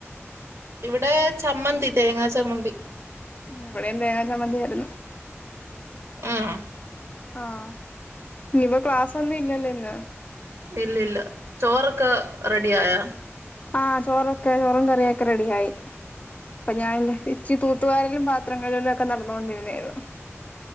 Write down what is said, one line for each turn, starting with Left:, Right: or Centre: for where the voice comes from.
Right: ഇവിടെ ചമ്മന്തി തേങ്ങാ ചമ്മന്തി
Left: ഇവിടെയും തേങ്ങാ ചമ്മന്തി ആയിരുന്നു
Right: ആഹ്
Left: ആഹ് ഇനിയിപ്പോ ക്ലാസ്സ് ഒന്നുമില്ലല്ലോല്ല
Right: ഇല്ല ഇല്ല ചോറൊക്കെ റെഡിയായോ
Left: ആ ചോറും കറിയൊക്കെ റെഡിയായി അപ്പ ഞാൻ ഇച്ചി തൂത്തുവാരലും പാത്രം കഴുകലൊക്കെ നടന്നോണ്ടിരിന്നാരുന്നു